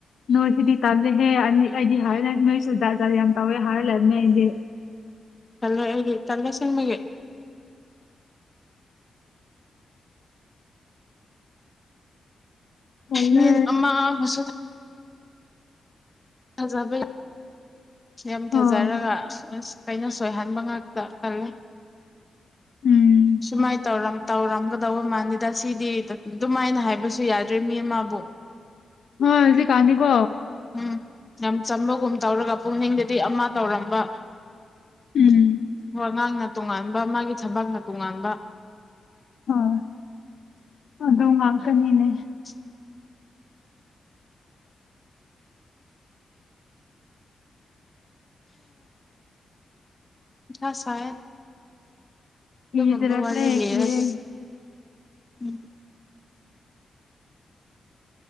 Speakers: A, on the left; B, on the left.
A: ꯅꯨꯣꯍꯤꯍꯤꯗꯤ ꯇꯜꯗ ꯍꯦ ꯑꯅꯤ ꯑꯩꯗꯤ ꯍꯥꯏꯔ ꯅꯣꯏꯁꯨ ꯖꯥꯠꯖꯥꯗ ꯌꯥꯝ ꯇꯧꯋꯦ ꯍꯥꯏꯔ ꯂꯩꯔꯝꯃꯦ ꯑꯩꯗꯤ
B: ꯇꯂꯦ ꯑꯩꯗꯤ ꯇꯂꯦ ꯁꯤꯤꯡꯃꯒꯤ
A: ꯇꯜꯂꯦ
B: ꯃꯤ ꯑꯃ ꯍꯧꯁ ꯖꯥꯕꯩ ꯌꯥꯝ
A: ꯍꯣꯏ
B: ꯐꯖꯔꯒ ꯑꯁ ꯀꯩꯅ ꯁꯣꯏꯍꯟꯕ ꯉꯥꯛꯇ ꯀꯜꯂꯦ
A: ꯎꯝ
B: ꯁꯨꯃꯥꯏ ꯇꯧꯔꯝ ꯇꯧꯔꯝꯒꯗꯧꯕ ꯃꯥꯟꯂꯦꯗ ꯁꯤꯗꯤ ꯑꯗꯨꯃꯥꯏꯅ ꯍꯥꯏꯕꯁꯨ ꯌꯥꯗ꯭ꯔꯦ ꯃꯤ ꯑꯃꯕꯨ
A: ꯍ ꯍꯧꯖꯤꯛ ꯀꯥꯥꯟꯅꯤꯀꯣ
B: ꯎꯝ ꯌꯥꯝ ꯆꯝꯕꯒꯨꯝ ꯇꯧꯔꯒ ꯄꯨꯛꯅꯤꯡꯗꯗꯤ ꯑꯃ ꯇꯧꯔꯝꯕ
A: ꯎꯝ
B: ꯋꯥ ꯉꯥꯡ ꯅ ꯇꯣꯉꯥꯟꯕ ꯃꯥꯒꯤ ꯊꯕꯥꯛꯅ ꯇꯣꯉꯥꯟꯕ
A: ꯍꯣꯏ ꯑꯗꯨꯣꯝ ꯉꯥꯛꯇꯅꯤꯅꯦ
B: <inaudible> ꯌꯥꯁꯥꯏꯠ ꯑꯗꯨꯒꯝꯕ
A: ꯀꯤꯗꯔꯛꯂꯦ
B: ꯋꯥꯔꯤꯦ ꯂꯩꯔ
A: ꯀꯤꯔꯦ
B: ꯑꯗꯨ ꯎꯝ